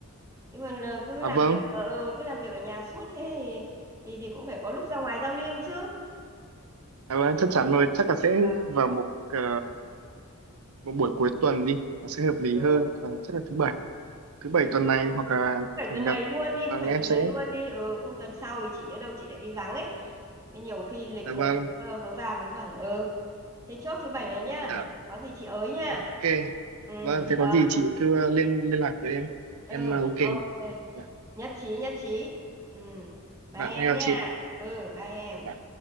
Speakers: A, on the right; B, on the right.
A: chứ còn ờ, cứ
B: à
A: làm
B: vâng
A: việc ờ, ừ, cứ làm việc ở nhà suốt thế thì, thì thì cũng phải có lúc ra ngoài giao lưu chứ
B: À, vâng, chắc chắn rồi, chắc là sẽ
A: Ờ,
B: vào một ờ, một buổi cuối tuần đi, nó sẽ hợp lý
A: ờ,
B: hơn. Và chắc là thứ bảy, thứ bảy tuần
A: ờ,
B: này hoặc là
A: thứ bảy
B: chủ
A: tuần
B: nhật.
A: này luôn đi
B: Vâng,
A: thứ bảy
B: em
A: tuần
B: sẽ.
A: này luôn đi ừ không tuần sau thì chị nhỡ đâu chị lại đi vắng ấy Nên nhiều khi lịch
B: Dạ
A: nó
B: vâng,
A: ờ, vớ va vớ vẩn ừ thế chốt thứ bảy này nhá
B: dạ.
A: có gì chị ới nha
B: Ok.
A: ừ
B: Vâng, thế
A: ờ,
B: có gì chị cứ ờ, liên liên lạc với em.
A: ừ
B: Em ờ, ok
A: ok
B: mà. Dạ.
A: nhất trí nhất trí ừ ba
B: Vâng,
A: em
B: em chào
A: nha
B: chị.
A: ừ ba em
B: Dạ.